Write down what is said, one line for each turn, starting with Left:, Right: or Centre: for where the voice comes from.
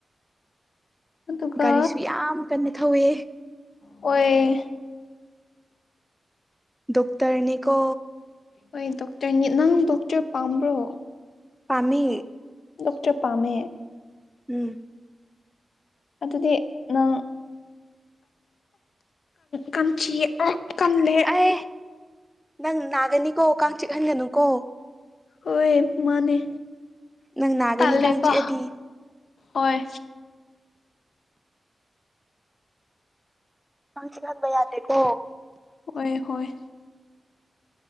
Left: ꯑꯗꯨꯒ
Centre: ꯒꯥꯔꯤꯁꯨ ꯌꯥꯝ ꯀꯟꯅ ꯊꯧꯋꯦ
Left: ꯑꯣꯏ
Centre: ꯗꯣꯛꯇꯔꯅꯤꯀꯣ
Left: ꯍꯣꯏ ꯗꯣꯛꯇꯔꯅꯤ ꯅꯪ ꯗꯣꯛꯇꯔ ꯄꯥꯝꯕ꯭ꯔꯣ
Centre: ꯄꯃꯤ
Left: ꯂꯣꯛꯇꯔ ꯄꯃꯦ
Centre: ꯎꯝ
Left: ꯑꯗꯨꯗꯤ ꯅꯪ ꯀꯆꯤ ꯀꯜꯂꯦ
Centre: ꯑꯦ ꯅꯪ ꯅꯥꯒꯅꯤꯀꯣ ꯀꯥꯡ ꯆꯤꯛꯍꯟꯒꯅꯨꯀꯣ
Left: ꯑꯣꯌꯦ ꯃꯥꯅꯦꯅꯦ
Centre: ꯅꯪ ꯅꯥꯒꯅꯤ
Left: ꯇꯜꯦ
Centre: ꯀꯥꯡ ꯆꯤꯛꯑꯗꯤ
Left: ꯀ ꯑꯣꯏ
Centre: ꯃꯝꯁꯤ ꯂꯪꯕꯩ ꯌꯥꯗꯦꯀꯣ
Left: ꯍꯣꯏ ꯍꯣꯏ